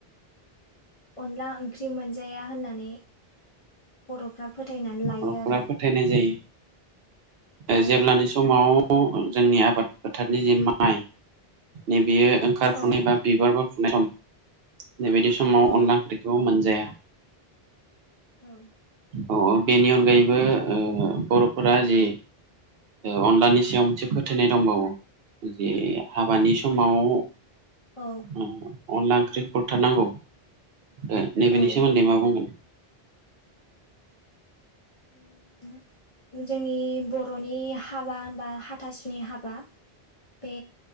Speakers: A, on the left (about 40°); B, on the right (about 70°).
A: अनला ओंख्रि मोनजाया होननानै बर'फ्रा फोथायनानै लायो
B: न'खरा
A: आरो।
B: फोथायनाय जायो ओ
A: औ
B: जेब्लानि समाव जोंनि आबाद फोथारनि जे माइ नैबेयो ओंखारफुनाय
A: औ
B: बा बिबारबो फुनाय सम बेबायदि समाव
A: औ
B: अनला ओंख्रिखौ मोनजाया।
A: औ
B: औ औ। बेनि अनगायैबो ओ बर'फोरा जि ओ अनलानि सायाव मोनसे फोथायनाय दंबावो। जे हाबानि समाव ओ
A: औ
B: अनला ओंख्रि खरथार नांगौ। ओ नैबेनि
A: औ
B: सोमोन्दै मा बुंगोन?
A: <inaudible> जोंनि बर'नि हाबा होनबा हाथासुनि हाबा। बे